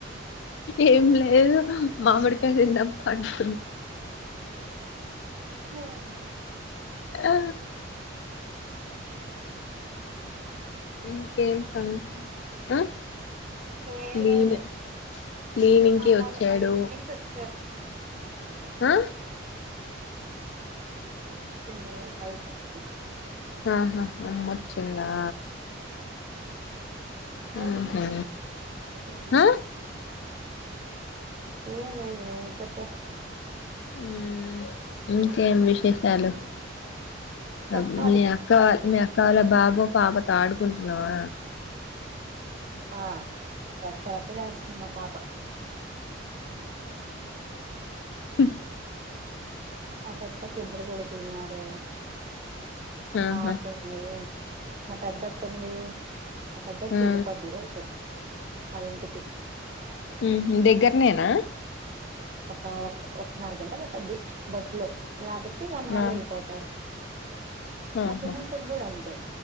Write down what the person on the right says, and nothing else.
<unintelligible>
ఏం
లేదు
ఇప్పుడే మా
అమ్మోళ్ళు
బయట నుంచి వచ్చారు
<inaudible> వచ్చింది <unintelligible>
<inaudible>
హ్మ్
ఏమ్ లేదే చెప్పు
చెప్పాలి
ఆ రచ్చ రచ్చ చేస్తుంది ఆ పాప
అ పెద్దకి ఇద్దరు కొడుకులున్నారు
పాపున్ మా పెద్దకుంది మా పెద్దక్క
వెళ్ళిపోద్ది ఈ రోజు వాళ్ళిన్టికి
ఒక ఒక్ ఒకట్నర గంట పట్టుది బస్లో లేక్పోతే వన్ అవర్లో
యెల్పోతారు
మా చిన్నక్కగూడన్తే